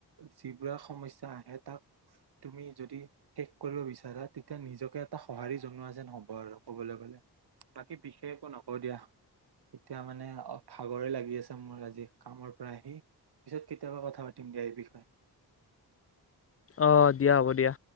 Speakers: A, on the right; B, on the left.
A: যিবোৰে সমস্যা আহে তাক তুমি যদি শেষ কৰিব বিচাৰা তেতিয়া নিজকে এটা সঁহাৰি জনোৱা যেন হব আৰু কবলৈ গলে বাকী বিশেষ একো নকওঁ দিয়া এতিয়া মানে ভাগৰে লাগি আছে মোৰ আজি কামৰ পৰা আহি পিছত কেতিয়াবা কথা পাতিম দিয়া এই বিষয়ে।
B: অঁ দিয়া হ'ব দিয়া।